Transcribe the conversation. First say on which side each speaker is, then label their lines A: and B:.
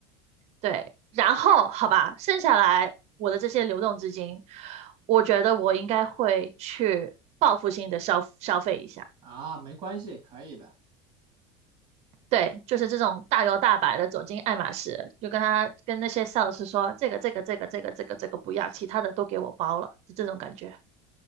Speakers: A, on the right (about 50°); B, on the right (about 35°).
A: 对。然后好吧，剩下来我的这些流动资金，我觉得我应该会去报复性的消消费一下。
B: 啊，没关系，可以的，
A: 对，就是这种大摇大摆的走进爱马仕，就跟他跟那些 sales 说这个这个这个这个这个这个不要，其他的都给我包了，就这种感觉。